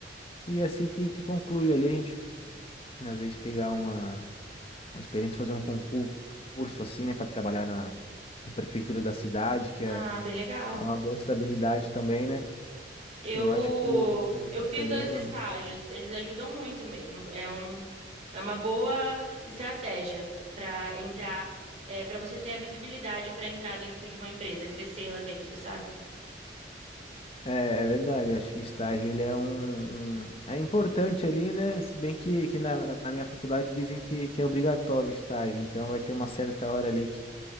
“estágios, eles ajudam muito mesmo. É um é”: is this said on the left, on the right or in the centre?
Right